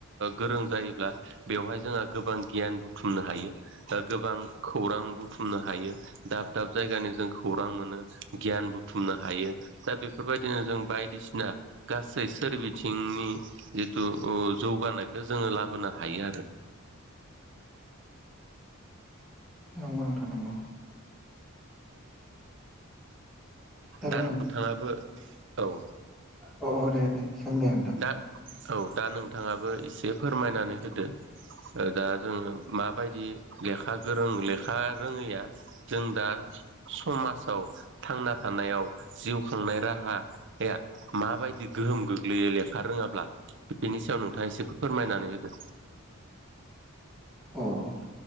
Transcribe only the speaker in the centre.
नंगौ नोंथां नंगौ। हेल'
औ औ दे दे सोंदे नोंथां।
अ